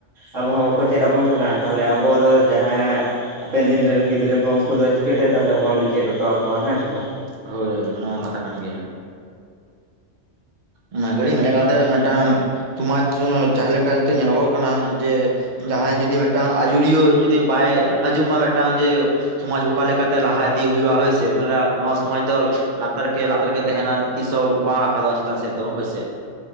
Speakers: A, on the right; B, on the right.
A: ᱟᱵᱚ ᱦᱚᱸᱠᱚ ᱪᱮᱫ ᱟᱵᱚᱱ ᱠᱟᱱᱟ ᱛᱟᱦᱚᱞᱮ ᱟᱵᱚ ᱫᱚ ᱡᱟᱦᱟᱸᱭᱟᱜ ᱦᱟᱯᱮᱱ ᱫᱤᱱ ᱜᱤᱫᱽᱨᱟᱹ ᱠᱚ ᱩᱱᱠᱩ ᱪᱤᱠᱟᱹᱛᱮ ᱛᱟᱦᱚᱞᱮ ᱵᱚᱱ ᱪᱮᱫ ᱦᱚᱴᱚ ᱟᱠᱚᱣᱟ ᱦᱮᱸ ᱥᱮ ᱵᱟᱝ?
B: ᱦᱳᱭ ᱚᱱᱟ ᱠᱟᱛᱷᱟ ᱠᱟᱱ ᱜᱮᱭᱟ ᱚᱱᱟ ᱜᱟᱹᱲᱤᱡ ᱢᱮᱱᱮᱫ ᱠᱟᱱ ᱛᱟᱦᱮᱸᱱᱟ ᱢᱤᱫᱴᱟᱝ ᱥᱚᱢᱟᱡᱽ ᱡᱟᱦᱟᱸ ᱞᱮᱠᱟ ᱱᱤᱛᱚᱜ ᱧᱮᱞᱚᱜᱚᱜ ᱠᱟᱱᱟ ᱡᱮ ᱡᱟᱦᱟᱸᱭ ᱡᱩᱫᱤ ᱢᱤᱫᱴᱟᱝ ᱟᱹᱭᱩᱨᱤᱭᱟᱹ ᱡᱩᱫᱤ ᱵᱟᱭ ᱟᱡᱚᱢᱟ ᱢᱤᱫᱴᱟᱝ ᱡᱮ ᱥᱚᱢᱟᱡ ᱚᱠᱟ ᱞᱮᱠᱟᱛᱮ ᱞᱟᱦᱟ ᱤᱫᱤ ᱦᱩᱭᱩᱜ-ᱟ ᱦᱳᱭᱥᱮ ᱛᱟᱦᱚᱞᱮ ᱱᱚᱣᱟ ᱥᱚᱢᱟᱡ ᱫᱚ ᱞᱟᱛᱟᱨ ᱠᱮ ᱞᱟᱛᱟᱨ ᱜᱮ ᱛᱟᱦᱮᱱᱟ ᱛᱤᱥ ᱦᱚᱸ ᱵᱟᱝ ᱨᱟᱠᱟᱫᱚᱜ-ᱟ ᱪᱮᱛᱟᱱ ᱥᱮᱫ ᱫᱚ ᱦᱳᱭᱥᱮ